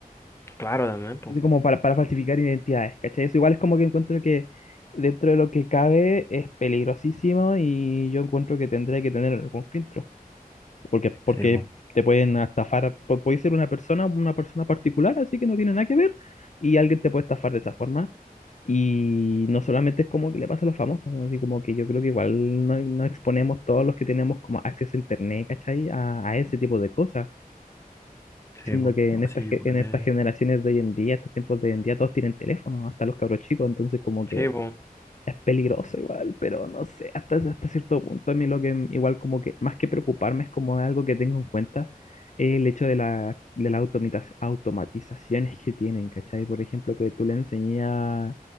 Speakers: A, on the left (about 15°); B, on the left (about 50°).
A: Claro, también, pues.
B: así como para, para falsificar identidades, ¿cachai? Eso igual es como que encuentro que dentro de lo que cabe es peligrosísimo y yo encuentro que tendría que tener algún filtro, porque, porque
A: Sí, po.
B: te pueden estafar, po- puede ser una persona, una persona particular, así que no tiene nada que ver, y alguien te puede estafar de esa forma. Y no solamente es como que le pasa a los famosos, ¿no? así como que yo creo que igual no, no exponemos todos los que tenemos como acceso a internet, ¿cachai? A, a ese tipo de cosas. Siendo
A: Sí, po.
B: que en estas,
A: Así igual
B: ge- en estas
A: de-
B: generaciones de hoy en día, estos tiempos de hoy en día, todos tienen teléfono, hasta los cabros chicos, entonces como que
A: Sí, pues.
B: es peligroso igual, pero no sé, hasta, hasta cierto punto a mí lo que m- igual como que más que preocuparme es como algo que tengo en cuenta, eh, el hecho de la, de las automita- automatizaciones que tienen, ¿cachai? Por ejemplo, que tú le enseñas a